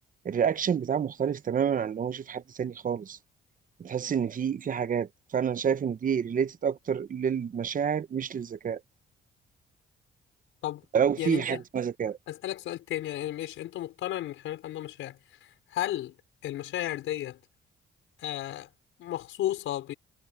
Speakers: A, on the right; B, on the left.
A: الرياكشن بتاعه مختلف تماما عن ان هو يشوف حد تاني خالص بتحس ان في في حاجات فانا شايف ان دي ريليتد اكتر للمشاعر مش للذكاء
B: طب
A: لو في
B: يعني أنت
A: حاجه اسمها ذكاء
B: أسألك سؤال تاني يعني ماشي أنت مقتنع إن الحيوانات عندها مشاعر هل المشاعر ديت آه، مخصوصة